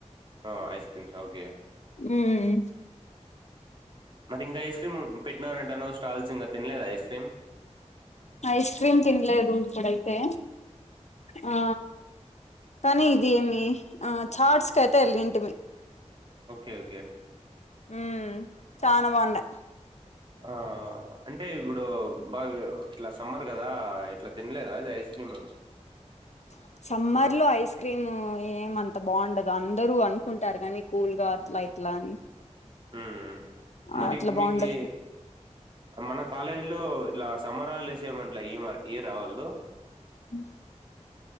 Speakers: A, on the right; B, on the left.
A: ఆ ఐస్ క్రీమ్స్ ఓకే
B: ఉహ్మ్
A: మరి ఇంకా ఐస్ క్రీమ్ పెట్నారంటనవ్, స్టాల్స్ ఇంగా తిన్లేదా ఐస్ క్రీమ్?
B: ఐస్ క్రీమ్ తిన్లేదు. ఇప్పుడైతే ఆ కానీ ఇది ఏమి. ఆ చార్ట్స్ కైతే ఎల్ ఇంటిమి.
A: ఓకే ఓకే
B: ఉమ్ చానా బావుండే
A: ఆ అంటే ఇప్డు బాగ్ ఇట్లా సమ్మర్ గాదా, ఇట్లా తిన్లేదా అద్ ఐస్ క్రీము?
B: ప్చ్ సమ్మర్లో ఐస్ క్రీమ్ ఏమంత బావుండదు. అందరూ అనుకుంటారు గానీ కూల్గా అట్లా ఇట్లా అని
A: ఉహ్మ్
B: ఆ
A: మరి
B: అట్లా
A: ఇప్
B: బాగుండదు
A: మీకి. మన కాలేజ్ లో ఇట్లా స్ సమ్మర్ హాలిడేస్ ఏమట్లా ఇమ ఇయ్యారా. వాళ్ళు?
B: ఉహ్